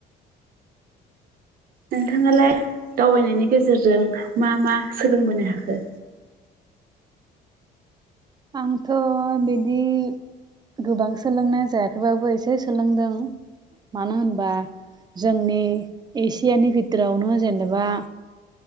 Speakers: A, on the right; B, on the right.
A: नोंथाङालाय दावबायनायनि गेजेरजों मा मा सोलोंबोनो हाखो?
B: आंथ' बिदि गोबां सोलोंनाय जायाखैबाबो इसे सोलोंदों मानो होनबा जोंनि एसियानि भिटोरावनो जेनेबा